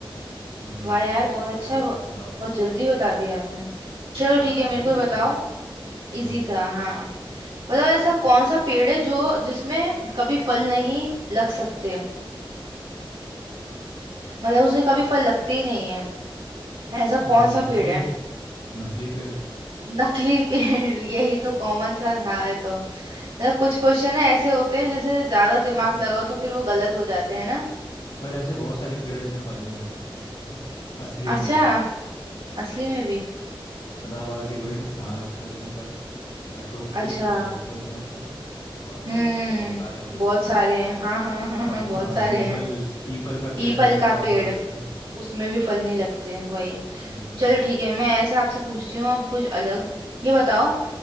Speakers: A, on the left (about 85°); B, on the right (about 85°).
A: हम्म
B: वाह यार बहुत
A: समझ
B: अच्छा
A: गया
B: बहुत
A: मैं हवा
B: जल्दी बता दिया आपने चलो
A: हाँ
B: ठीक है मेरे
A: इजी
B: को भी बताओ
A: था हम्म
B: इजी था हाँ बताओ ऐसा कौन सा पेड़ है जो जिसमें कभी फल नहीं लग सकते मतलब उसमें कभी फल लगते ही नहीं है ऐसा
A: अ,
B: कौन सा
A: नकली
B: पेड़ है
A: नकली पेड़
B: नकली पेड़ <laughs> यही तो कॉमन सा था ये तो मतलब कुछ क्वेश्चन है ऐसे होते हैं जैसे ज्यादा दिमाग
A: हम्म,
B: लगाओ तो फिर वो गलत हो जाते हैं ना
A: पर ऐसे बहुत सारे पेड़ इसमें फल नहीं लग सकते <laughs> असली
B: अच्छा
A: में भी
B: असली में भी
A: हाँ सदाबहार के पेड़ कहाँ लगते हैं उसमें फल अशोक ट्री
B: अच्छा
A: कहाँ लगते हैं उसमें फल बहुत सारे
B: हम्म
A: बहुत सारे मतलब
B: बहुत सारे हैं हाँ हाँ हाँ हाँ हाँ,
A: पप,
B: बहुत
A: अ,
B: सारे
A: पीपल
B: हैं
A: पीपल का
B: पीपल
A: पेड़ है उसमें
B: का
A: कहाँ
B: पेड़
A: फल लगता है
B: उसमें भी फल नहीं लगते हैं, वही
A: हम्म
B: चलो ठीक है मैं ऐसे आपसे पूछती हूँ अब कुछ अलग ये बताओ